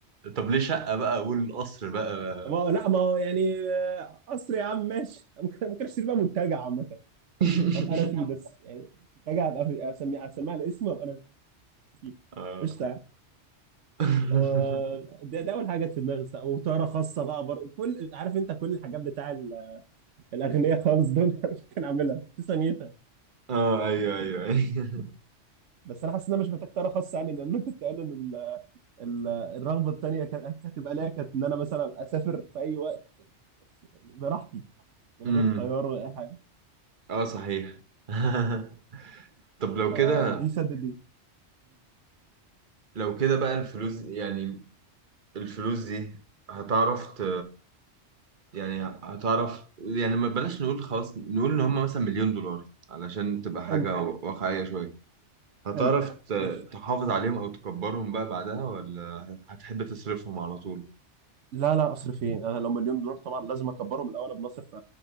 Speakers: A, on the right; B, on the right.
A: طب ليه شقة بقى والقصر بقى
B: ما هو لا ما هو يعني آه، قصر يا عم ماشي ممكن ممكن اشتري بقى منتجع عامة
A: <laughs>
B: وابقى انا فيه بس يعني منتجع هبقى في- اسميه اسميه على اسمي وابقى انا فيه
A: اه
B: قشطة
A: <laughs>
B: و- ده ده اول حاجة جت في دماغي وطيارة خاصة بقى برضه كل عارف انت كل الحاجات بتاع ال- الاغنياء خالص دول <laughs> انا ممكن اعملها في ثانيتها
A: اه ايوه ايوه ايوه
B: بس انا حاسس ان انا مش محتاج طيارة خاصة يعني لان انا كنت قايل ان ال- ال- الرغبة التانية كانت هتبقى ليا كانت ان انا مثلا أبقى اسافر في اي وقت يعني براحتي
A: <laughs>
B: من
A: امم
B: غير طيارة ولا اي حاجة
A: اه صحيح <laughs> طب لو
B: فدي
A: كده
B: سدد دي
A: لو كده بقى الفلوس يعني الفلوس دي هتعرف ت... يعني هتعرف يعني ما بلاش نقول خلاص نقول ان هم مثلا مليون دولار علشان تبقى حاجة
B: حلو
A: واقعية شوية هتعرف
B: حلو
A: ت-
B: ماشي
A: تحافظ عليهم او تكبرهم بقى بعدها ولا هت- هتحب تصرفهم على طول
B: لا لا اصرف ايه انا لو مليون دولار طبعا لازم اكبرهم الاول قبل ما اصرف